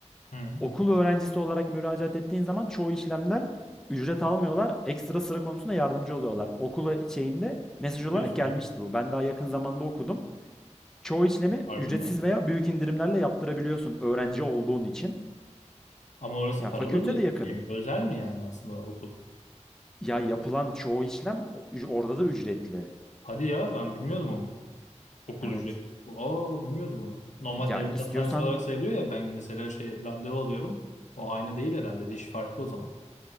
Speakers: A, on the left; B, in the centre.
A: hı.
B: okul öğrencisi olarak müracaat ettiğin zaman çoğu işlemden ücret almıyorlar. Ekstra sıra konusunda yardımcı oluyorlar. Okula şeyinde mesaj
A: Ne
B: olarak
A: diyorsun
B: gelmişti
A: ya?
B: bu. Ben daha yakın zamanda okudum. Çoğu işlemi
A: Harbi
B: ücretsiz
A: mi?
B: veya büyük indirimlerle yaptırabiliyorsun öğrenci olduğun için.
A: Ama orası
B: Ya
A: paralı
B: fakülte
A: bir
B: de yakın.
A: şey mi? Özel mi yani aslında o okul?
B: Ya yapılan çoğu işlem o- üc- orada da ücretli.
A: Hadi ya ben bilmiyordum onu. Okul
B: Evet.
A: ücreti. Aa bilmiyordum onu. Normal
B: Ya
A: devlet
B: istiyorsan
A: hastanesi olarak sayılıyor ya ben mesela şey randevu alıyorum. O aynı değil herhalde. Diş farklı o zaman.